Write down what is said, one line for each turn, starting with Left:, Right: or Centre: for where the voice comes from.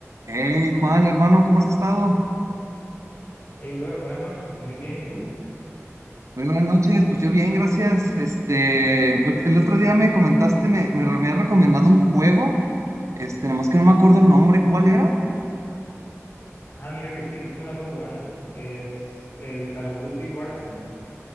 Right: Hey Juan, hermano, ¿cómo has estado?
Left: Hey, brother, buenas noches. Muy bien, ¿y tú?
Right: Muy buenas noches, pues yo bien, gracias. Este, pues, el otro día me comentaste, me, me, me has recomendado un juego, este, nada más que no me acuerdo el nombre, ¿cuál era?
Left: Ah, mira que sí, justo lo ando jugando. Es el Call of Duty Warzone.